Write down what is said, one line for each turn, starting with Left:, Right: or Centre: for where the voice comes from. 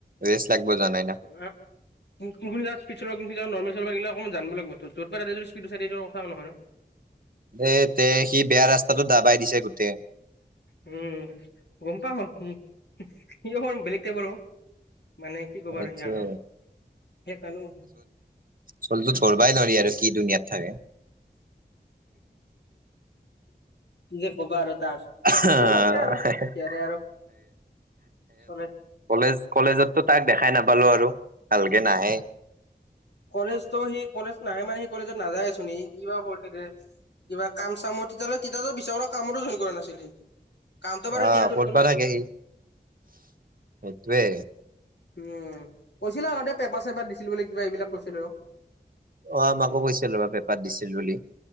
Right: ৰেচ লাগব জানেই না।
Left: <unintelligible> কোন ক যা সড চল কোন যা নৰ্ম চল ল অকমান জান লাগিব যত ততে স্পড আছেটো কথা নহয় ন।
Right: এ তে সি বেয়া ৰাস্তাটো দাবাই দিছে গোটেই।
Left: উম গম পা আহ উ সি অ বেলেগ টাইপৰ মানে। কি ক'বাৰ
Right: এইটোৱে
Left: সি আৰু সেই কালো।
Right: চলতো ধৰবাই নোৱাৰি আৰু কি দুুনিয়াত থাকে।
Left: যে কবা আৰু তাক।
Right: <unintelligible>
Left: চলাক দে আৰু ইয়াৰে আৰু চলাই
Right: কলেজ কলেজতো তাক দেখাই নাপালো আৰু ভালকে নাহে।
Left: কলেজতো সি কলেজ নাহে মানে সি কলেজত নাযায়ছোন কিবা কৰি থাকে কিবা কাম চামত। বিদ্যালয় তিতা বিচাৰা কামতো জইন কৰা নাছিলে সি। কামটো বাৰু
Right: আহ
Left: এতিয়াহে জইন
Right: ক'তবা
Left: কৰিলে।
Right: থাকে সি, সেইটোৱে।
Left: উম, কৈছিলা আগতে পেপাৰ চেপাৰ দিছিল বুলি কিবা এইবিলাক কৈছিল আৰু।
Right: অঁ মাকো কৈছিল ৰব পেপাত দিছিল বুলি।